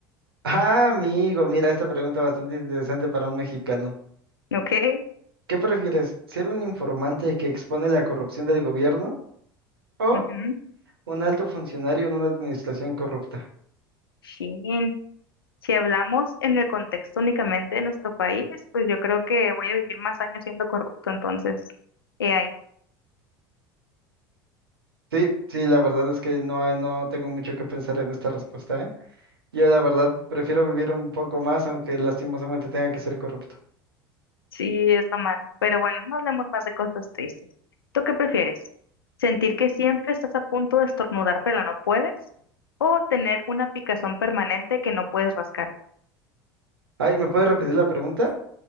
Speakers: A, on the right; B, on the left.
A: Ah, amigo, mira, esta pregunta bastante interesante para un mexicano.
B: Ok.
A: ¿Qué prefieres? ¿Ser un informante que expone la corrupción del gobierno o
B: Ujú.
A: un alto funcionario en una administración corrupta?
B: Sí. Si hablamos en el contexto únicamente de nuestro país, pues yo creo que voy a vivir más años siendo corrupto, entonces, he ahí,
A: Sí, sí, la verdad es que no, hay- no tengo mucho que pensar en esta respuesta, ¿eh? Yo la verdad prefiero vivir un poco más, aunque lastimosamente tenga que ser corrupto.
B: sí es lo malo. Pero bueno, no hablemos más de cosas tristes. ¿Tú qué prefieres? ¿Sentir que siempre estás a punto de estornudar pero no puedes? ¿O tener una picazón permanente que no puedes rascar?
A: Ay, ¿me puedes repetir la pregunta?